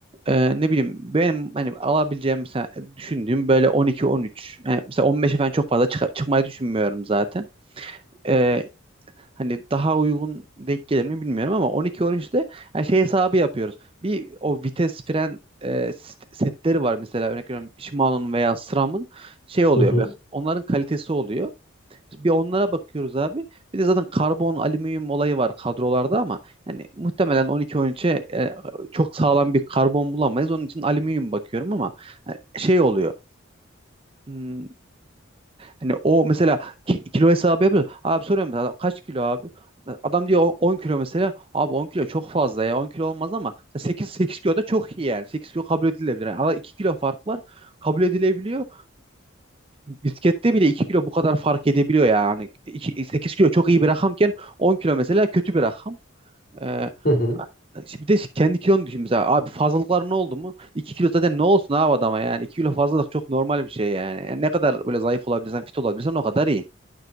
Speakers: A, on the right (about 25°); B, on the left (about 50°).
A: Ee, ne bileyim benim hani alabileceğim mesela düşündüğüm böyle 12-13 yani mesela 15'e falan çok fazla çık- çıkmayı düşünmüyorum zaten. Ee, hani daha uygun denk gelir mi bilmiyorum ama 12-13'te yani şey hesabı yapıyoruz. Bir o vites fren e, set- setleri var mesela örnek veriyorum Shimano'nun veya SRAM'ın şey oluyor.
B: Hı hı.
A: böyle Onların kalitesi oluyor. Bir onlara bakıyoruz abi. Bir de zaten karbon, alüminyum olayı var kadrolarda ama yani muhtemelen 12-13'e e, çok sağlam bir karbon bulamayız. Onun için alüminyum bakıyorum ama e, şey oluyor. Hmm, hani o mesela ki- kilo hesabı yapıyor. Abi soruyorum mesela "Adam kaç kilo abi? Adam diyor "On- 10 kilo mesela. Abi 10 kilo çok fazla ya. 10 kilo olmaz ama 8 8 kilo da çok iyi yani. 8 kilo kabul edilebilir. Yani arada 2 kilo fark var. Kabul edilebiliyor. Biskette bile 2 kilo bu kadar fark edebiliyor yani. iki, sekiz kilo çok iyi bir rakamken 10 kilo mesela kötü bir rakam. Ee,
B: Hı hı.
A: işte bir de kendi kilonu düşün mesela. Abi fazlalıklar ne oldu mu? 2 kilo zaten ne olsun abi adama yani. iki kilo fazlalık çok normal bir şey yani. Yani Ne kadar böyle zayıf olabilirsen, fit olabilirsen o kadar iyi.